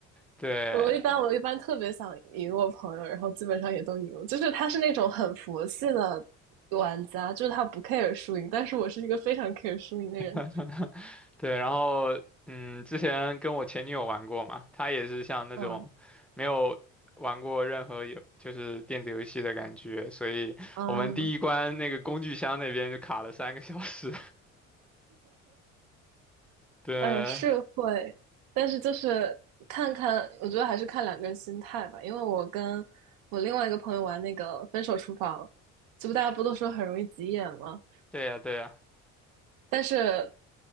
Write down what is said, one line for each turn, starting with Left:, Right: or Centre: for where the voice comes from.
Centre: 对，
Right: 我一般我一般特别想赢我朋友，然后基本上也都赢。就是他是那种很佛系的玩家，就是他不 care 输赢，但是我是一个非常 care 输赢的人。
Centre: <laughs> 对，然后嗯，之前跟我前女友玩过嘛，她也是像那种没有玩过任何有就是电子游戏的感觉，
Right: 嗯
Centre: 所以我们第一关那个工具箱那边就卡了三个小时。
Right: 嗯，
Centre: <laughs> 对，
Right: 哎，是会，但是就是看看，我觉得还是看两个人心态吧。因为我跟我另外一个朋友玩那个《分手厨房》，这不大家不都说很容易急眼吗？
Centre: 对呀，对呀，
Right: 但是